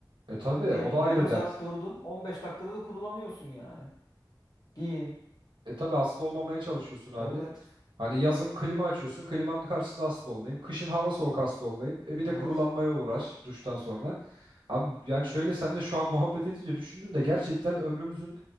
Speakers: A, on the right; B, on the left.
A: E tabi,
B: Şimdi diyelim
A: o da
B: ki yarım
A: ayrı dert.
B: saat durdun. 15 dakikada da kurulanıyorsun yani. Giyin.
A: E tabi hasta olmamaya çalışıyorsun abi.
B: Evet.
A: Hani yazın klima açıyorsun, klimanın karşısında hasta olmayayım. Kışın hava soğuk hasta olmayayım. E bir de
B: Evet.
A: kurulanmaya uğraş duştan sonra. Abi yani şöyle seninle şu an <laughs> muhabbet edince düşündüm de gerçekten ömrümüzün